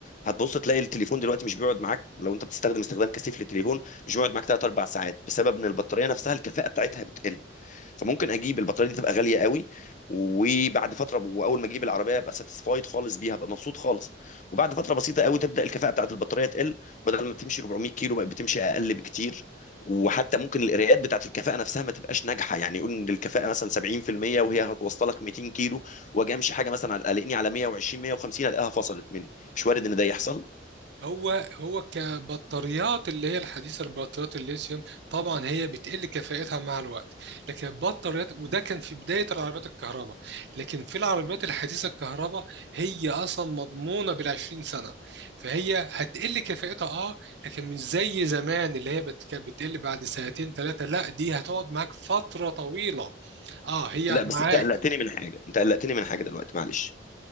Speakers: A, on the left; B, on the right.
A: هتبص تلاقي التليفون دلوقتي مش بيقعد معاك لو انت بتستخدم استخدام كثيف للتليفون مش بيقعد معاك 3 4 ساعات بسبب ان البطاريه نفسها الكفاءه بتاعتها بتقل فممكن اجيب البطاريه دي تبقى غاليه قوي وبعد فتره واول ما اجيب العربيه ابقى ساتسفايد خالص بيها ابقى مبسوط خالص وبعد فتره بسيطه قوي تبدا الكفاءه بتاعت البطاريه تقل بدل ما بتمشي 400 كيلو بقت بتمشي اقل بكتير وحتى ممكن القراءات بتاعت الكفاءه نفسها ما تبقاش ناجحه يعني يقول ان الكفاءه مثلا 70% وهي هتوصلك 200 كيلو واجي امشي حاجه مثلا على- قلقني على 120 150 الاقيها فصلت مني مش وارد ان ده يحصل
B: هو هو كبطاريات اللي هي الحديثة البطاريات الليثيوم طبعا هي بتقل كفاءتها مع الوقت لكن البطاريات وده كان في بداية العربيات الكهرباء لكن في العربيات الحديثة الكهرباء هي أصلا مضمونة بالعشرين سنة فهي هتقل كفاءتها اه لكن مش زي زمان اللي هي بت- كانت بتقل بعد سنتين ثلاثة لا دي هتقعد معاك فترة طويلة اه هي
A: لا
B: معاك
A: بس انت قلقتني من حاجه انت قلقتني من حاجه دلوقتي معلش